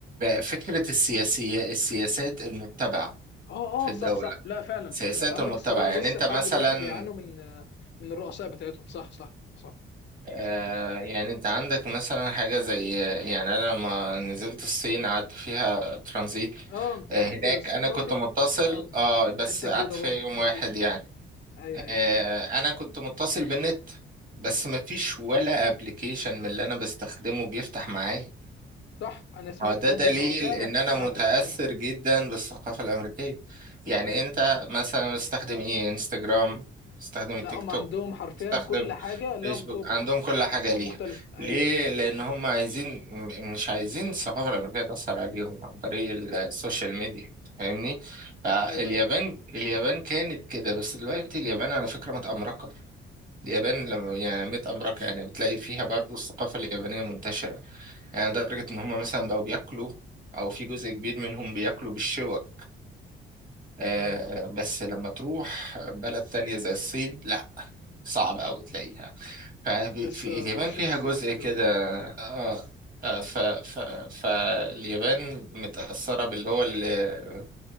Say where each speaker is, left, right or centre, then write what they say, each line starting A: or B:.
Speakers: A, on the right; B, on the left.
A: فكرة السياسية السياسات المتبعة
B: اه
A: في
B: اه
A: الدولة
B: صح صح لا فعلا
A: سياسات
B: انت عندك
A: المتبعة
B: الصينيين
A: يعني
B: لسه
A: انت
B: لحد
A: مثلا
B: دلوقتي بيعانوا من من الرؤساء بتاعتهم صح صح صح
A: آه، يعني انت عندك مثلا حاجة زي يعني انا لما نزلت الصين قعدت فيها ترانزيت
B: اه انت
A: آه،
B: رحت
A: هناك
B: الصين
A: انا
B: برضك
A: كنت متصل
B: اه
A: اه بس
B: حته
A: قعدت
B: جديده
A: فيها
B: برضك
A: يوم
B: ما
A: واحد
B: علينا
A: يعني
B: ايوه
A: آه،
B: ايوه
A: انا كنت متصل بالنت بس مفيش ولا ابلكيشن من اللي انا بستخدمه بيفتح معايا
B: صح انا سمعت
A: هو ده
B: برضك
A: دليل
B: الحوار. فعلا
A: ان انا
B: فعلا
A: متأثر
B: فعلا
A: جدا بالثقافة الامريكية يعني
B: فعلا
A: انت
B: فعلا
A: مثلا مستخدم ايه انستجرام مستخدم التيك
B: لا هم
A: توك
B: عندهم حرفيا
A: مستخدم
B: كل حاجه لها
A: فيسبوك
B: مقابل
A: عندهم كل حاجة
B: باسماء
A: ليها
B: مختلفه ايوه
A: ليه
B: ايوه
A: لان
B: ايوه
A: هم عايزين م- مش عايزين الثقافة الامريكية تأثر عليهم عن طريق ال- السوشيال ميديا فاهمني فاليابان
B: ايوه ايوه
A: اليابان كانت كده بس دلوقتي اليابان على فكرة متأمركة اليابان لما يعني متأمركة يعني بتلاقي فيها برضو الثقافة اليابانية منتشرة يعني لدرجة إن هما مثلا بقوا بياكلوا أو في جزء كبير منهم بياكلوا بالشوك آه
B: اه
A: بس لما تروح بلد تانية زي الصين لأ صعب أوي تلاقيها ففي
B: لسه
A: اليابان
B: الشوب
A: فيها
B: ستاكس
A: جزء
B: الكلام
A: كده
B: ده ايوه
A: آه آه، ف ف فاليابان متأثرة باللي هو ال-